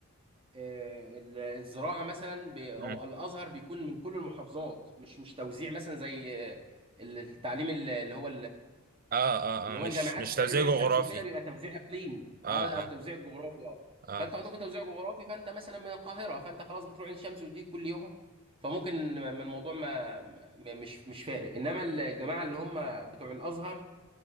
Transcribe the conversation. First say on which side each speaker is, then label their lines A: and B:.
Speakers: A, on the right; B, on the right.
A: آه، ال- الزراعه مثلا ب- او
B: مم.
A: الازهر بيكون من كل المحافظات مش مش توزيع مثلا زي آه، التعليم اللي هو
B: اه اه
A: اللي
B: اه
A: هو
B: مش
A: الجامعات
B: مش
A: التانية
B: توزيع
A: زي
B: جغرافي
A: عين شمس وكده بيبقى توزيع اقليمي
B: اه
A: اه التوزيع
B: اه
A: الجغرافي اه
B: اه
A: فانتوا عندكم توزيع جغرافي فانت مثلا من القاهره فانت خلاص بتروح عين شمس وتيجي كل يوم فممكن م- الموضوع ما م- مش مش فارق انما الجماعه اللي هم بتوع الازهر